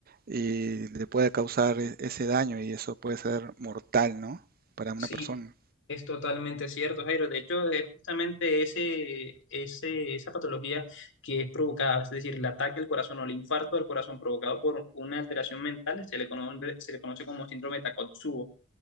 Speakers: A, on the right; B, on the left.
A: y le puede causar e- ese daño y eso puede ser mortal, ¿no? Para una
B: Sí,
A: persona.
B: Es totalmente cierto, Jairo. De hecho, es justamente ese, ese, esa patología que es provocada, es decir, el ataque al corazón o el infarto al corazón provocado por una alteración mental, se le conoce, se le conoce como síndrome de Takotsubo